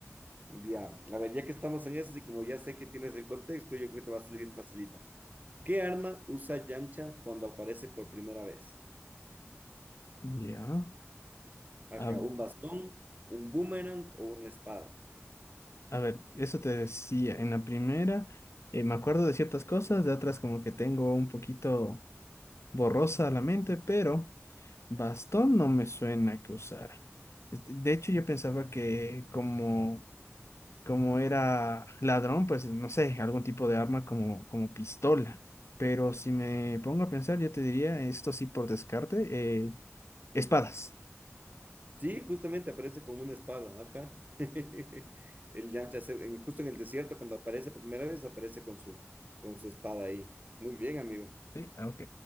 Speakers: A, on the right; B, on the left.
A: Ya, a ver, ya que estamos en eso y como ya sé que tienes el contexto, yo creo que te va a salir facilita. ¿Qué arma usa Yamcha cuando aparece por primera vez?
B: Ya.
A: Ajá,
B: A ver.
A: ¿un bastón, un boomerang o una espada?
B: A ver, eso te decía, en la primera eh, me acuerdo de ciertas cosas, de otras como que tengo un poquito borrosa la mente, pero bastón no me suena que usara. Este, De hecho, yo pensaba que como, como era ladrón, pues no sé, algún tipo de arma como, como pistola, pero si me pongo a pensar, yo te diría, esto sí por descarte, eh, espadas.
A: Sí, justamente aparece con una espada, ajá. <laughs> El Yamcha, se- en- justo en el desierto, cuando aparece por primera vez, aparece con su, con su espada ahí. Muy bien, amigo.
B: Sí, ah, ok.